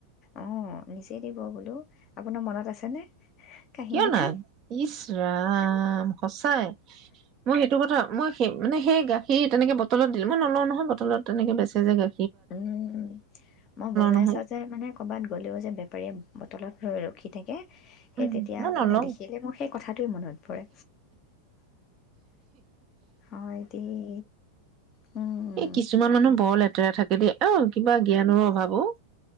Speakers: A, on the left (about 35°); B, on the right (about 35°).
A: অ', নিজেই দিব বোলো, আপোনাৰ মনত আছেনে? কাহিনীটো
B: কিয় নাই? ইচ ৰাম, সঁচাই মই সেইটো কথা মই সেই মানে সেই গাখীৰ তেনেক বটলত দিলো, মই নলওঁ নহয় বটলত তেনেকে বেচে যে গা
A: উমম', মই বজাই
B: নহয়
A: চাও যে, মানে কবাত গ'লেও যে বেপাৰীয়ে বটলত ৰৈ ৰখি, ' গতিকে, সেই
B: উম
A: তেতিয়া
B: মই নলওঁ
A: মানে দেখিলে মোৰ সেই কথাটোে মনত পৰে। হয় -দেই -উম',
B: এই কিছুমান মানুহ বৰ <unintelligible> অ', কিবা জ্ঞানৰ অভাৱো।